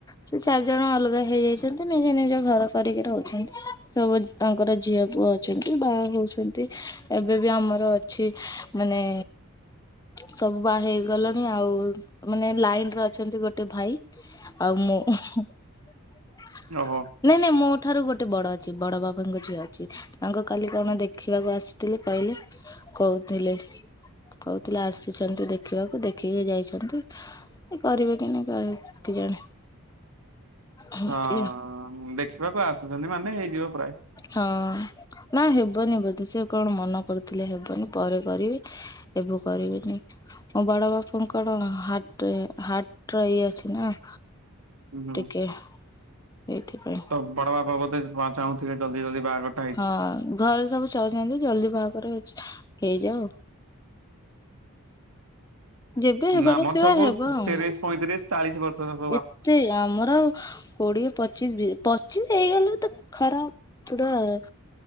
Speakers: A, on the left; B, on the right.
A: ସେ ଚାରିଜଣ ଅଲଗା ହେଇଯାଇଛନ୍ତି, ନିଜେ ନିଜ ଘର କରିକି ରହୁଛନ୍ତି, ସବୁ ତାଙ୍କର ଝିଅ ପୁଅ ଅଛନ୍ତି। ଯେମିତି ବାହା ହୋଉଚନ୍ତି ଏବେ ବି ଆମର ଅଛି ମାନେ ସବୁ ବାହା ହେଇଗଲେଣି ଆଉ ମାନେ ଲାଇନରେ ଅଛନ୍ତି ଗୋଟେ ଭାଇ। ଆଉ ମୁଁ ହୁଁ ନାଇଁ
B: ଓହୋ।
A: ନାଇଁ ମୋ ଠାରୁ ଗୋଟେ ବଡ ଅଛି, ବଡ ବାବାଙ୍କ ଝିଅ ଅଛି। ତାଙ୍କୁ କାଲି କଣ ଦେଖିବାକୁ ଆସିଥିଲେ, କହିଲେ କହୁଥିଲେ। କହୁଥିଲେ ଆସିଛନ୍ତି ଦେଖିବାକୁ, ଦେଖିକି ଯାଇଛନ୍ତି। କରିବେ କି ନାଇ <unintelligible> କେଜାଣି। ଏମିତି
B: ହଁ, ଦେଖିବାକୁ ଆସୁଛନ୍ତି ମାନେ ହେଇଯିବ ପ୍ରାୟ।
A: ହଁ ନା ହେବନି ବୋଧେ? ସେ କଣ ମନା କରୁଥିଲେ, ହେବନି ପରେ କରିବେ। ଏବେ କରିବେନି। ମୋ ବଡ ବାପାଙ୍କର ହାର୍ଟରେ ହାର୍ଟ ର ଇଏ ଅଛି ନା।
B: ହୁଁ।
A: ଟିକେ, ସେଇଥିପାଇଁ।
B: ହଁ, ବଡ ବାପା ବୋଧେ ଚାହୁଁଥିବେ, ଜଲଦି ଜଲଦି ବାହାଘର
A: ହଁ ଘରେ ସବୁ ଚାହୁଛନ୍ତି, ଜଲଦି ବାହାଘର ହେଇ ହେଇଯାଉ। ଯେବେ ହେବାର
B: ନା ଆମର
A: ଥିବ
B: ସବୁ
A: ହେବ ଆଉ।
B: ତିରିଶ ପଇଁତିରିଶ ଚାଳିଶ ବର୍ଷ
A: ଏତେ ଆମର କୋଡିଏ ପଚିଶ ବି ପଚିଶ ହେଇଗଲେ ତ ଖରାପ ପୁଡ଼ା ଆଉ।